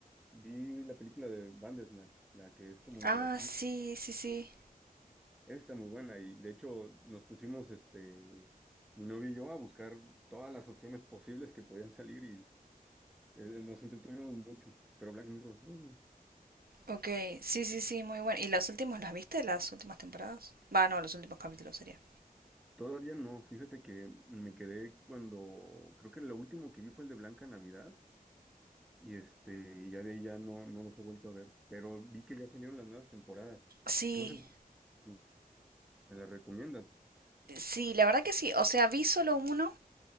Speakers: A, in the centre; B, on the right (about 80°).
A: vi la película de Bandersnatch, la que es como interactiva.
B: Ah, sí, sí, sí.
A: Está muy buena y de hecho nos pusimos, este, mi novio y yo a buscar todas las opciones posibles que podían salir Eh, nos entretuvimos mucho, pero Black Mirror, mm,
B: Ok, sí, sí, sí, muy bueno. ¿Y las últimas las viste? ¿Las últimas temporadas? Va, no, los últimos capítulos sería.
A: todavía no. Fíjate que me quedé cuando, creo que lo último que vi fue el de Blanca Navidad, y este, y ya de ahí ya no, no los he vuelto a ver, pero vi que ya salieron las nuevas temporadas.
B: Sí,
A: Entonces, mm, me las recomiendan.
B: sí, la verdad que sí. O sea, vi solo uno.